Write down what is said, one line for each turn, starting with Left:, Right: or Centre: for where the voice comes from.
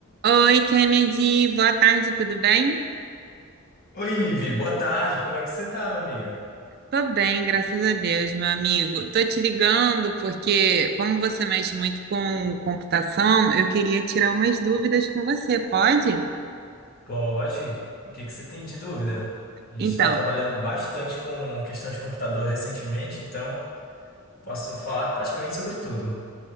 Right: Oi, Kennedy, boa tarde, tudo bem?
Left: Oi, Ivi, boa tarde. Como é que você tá, minha amiga?
Right: Tô bem, graças a Deus, meu amigo. Tô te ligando porque, como você mexe muito com computação, eu queria tirar umas dúvidas com você, pode?
Left: Pode? O que que você tem de dúvida? A gente
Right: Então,
Left: está trabalhando bastante com questão de computador recentemente, então posso falar praticamente sobre tudo.